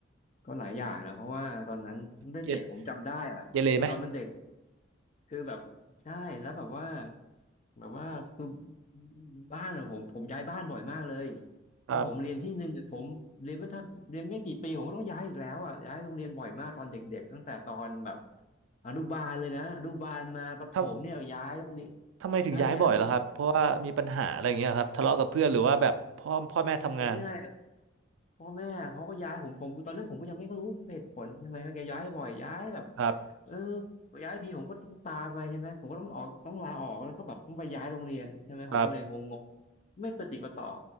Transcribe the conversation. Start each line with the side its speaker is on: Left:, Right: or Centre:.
Left: ก็หลายอย่างนะเพราะว่าตอนนั้น
Right: เกเร
Left: เด็กผมจำได้อ่ะคือตอนนั้นเด็ก
Right: เกเรไหม
Left: คือแบบใช่แล้วแบบว่าแบบว่าคือบ้านขอะผมผมย้ายบ้านบ่อยมากเลย
Right: ครับ
Left: แล้วผมเรียนที่หนึ่งเนี่ยผมเรียนไม่ทันเรียนไม่กี่ปีผมก็ต้องย้ายอีกแล้วอ่ะย้ายโรงเรียนบ่อยมากตอนเด็กๆตั้งแต่ตอนแบบอนุบาลเลยนะอนุบาลมาประถมเนี่ยย้ายโรงเรียน
Right: ทำทำไมถึงย้ายบ่อยล่ะครับเพราะว่ามีปัญหาอะไรอย่างเงี้ยครับทะเลาะกับเพื่อนหรือว่าแบบพ่อพ่อแม่ทำงาน
Left: ใช่ย้ายโรงเรียนผมไม่ได้ พ่อแม่เขาก็ย้ายผมผมตอนนั้นผมก็ยังไม่รู้เหตุผลทำไมว่าแกย้ายบ่อยย้ายแบบ
Right: ครับ
Left: เออย้ายทีผมก็ต้องตามไปใช่ไหมผมก็ต้องออกต้องลาออกแล้วก็แบบต้องไปย้ายโรงเรียนใช่ไหมผมก็เลยงงๆไม่ประติดประต่อ
Right: ครับ